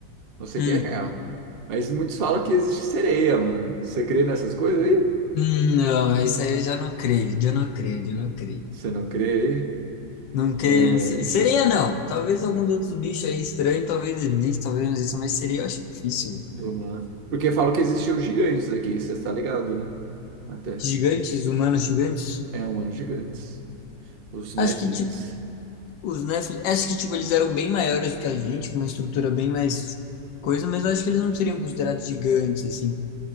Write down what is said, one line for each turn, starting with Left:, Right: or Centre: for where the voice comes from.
Right: Não sei
Left: Hum.
Right: que é real. Mas muitos falam que existe sereia, mano. Você crê nessas coisas aí?
Left: Hum, Não, isso aí eu já não creio, eu não creio, eu não creio.
Right: Você não crê
Left: Não creio
Right: aí? É.
Left: em se- sereia, não. Talvez alguns outros bichos aí estranhos, talvez existam, talvez não existam, mas sereia eu acho difícil, velho.
Right: Uhum. Porque falam que existiam gigantes aqui, você está ligado, né? Na Terra.
Left: Gigantes, humanos gigantes,
Right: É, humanos gigantes. Os Nephilims.
Left: acho que, tipo, os Nephilim, acho que, tipo, eles eram bem maiores que a gente, com uma estrutura bem mais coisa, mas eu acho que eles não seriam considerados gigantes, assim.